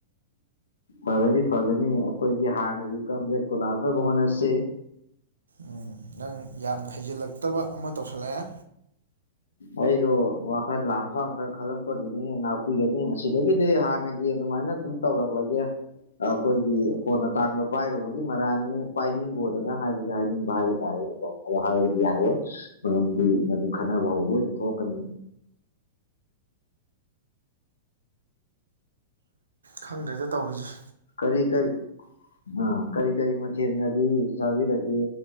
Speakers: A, on the left; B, on the right.
A: ꯐꯒꯗꯤ ꯐꯒꯅꯤ ꯑꯩꯈꯣꯏꯒꯤ ꯍꯥꯟꯅꯒꯤ ꯀꯝꯕꯦꯛꯇꯨ ꯂꯥꯛꯅꯕ ꯍꯣꯠꯅꯁꯤ
B: ꯎꯝ ꯅꯪ ꯌꯥꯝꯅ ꯍꯩꯖꯤꯜꯂꯛꯇꯕ ꯑꯃ ꯇꯧꯁꯤꯜꯂꯛꯑꯦ
A: ꯑꯩꯗꯣ ꯋꯥꯈꯜ ꯂꯥꯡꯐꯥꯡ ꯈꯔ ꯈꯜꯂꯛꯄꯒꯤꯅꯤ ꯉꯥꯛꯄꯤꯒꯅꯤ ꯃꯁꯤꯗꯒꯤꯗꯤ ꯍꯥꯟꯅꯒꯤ ꯑꯗꯨꯃꯥꯏꯅ ꯑꯗꯨꯝ ꯇꯧꯔꯛꯂꯒꯦ ꯑꯩꯈꯣꯏꯒꯤ ꯀꯣꯟꯅ ꯇꯥꯡꯕ ꯄꯥꯏꯔꯨꯕꯒꯤ ꯃꯔꯥꯅꯤ ꯄꯥꯏꯅꯤꯡꯈꯣꯗꯅ ꯍꯥꯏꯕꯁꯦ ꯍꯥꯏꯅꯤꯡꯕ ꯍꯥꯏꯕ ꯇꯥꯔꯦꯅꯦ ꯑꯣ ꯍꯥꯏꯔꯗꯤ ꯌꯥꯔꯣꯏ ꯃꯔꯝꯗꯤ ꯃꯗꯨꯝ ꯈꯠꯅꯕ ꯍꯧꯕ ꯑꯣꯏꯅ ꯊꯣꯛꯂꯛꯀꯅꯤ
B: ꯈꯪꯗ꯭ꯔꯦꯗ ꯇꯧꯔꯤꯁꯦ
A: ꯀꯔꯤ ꯀꯔꯤ ꯑꯥ ꯀꯔꯤ ꯀꯔꯤ ꯃꯊꯦꯡꯅꯗꯤ ꯆꯥꯕꯤꯔꯛꯒꯦ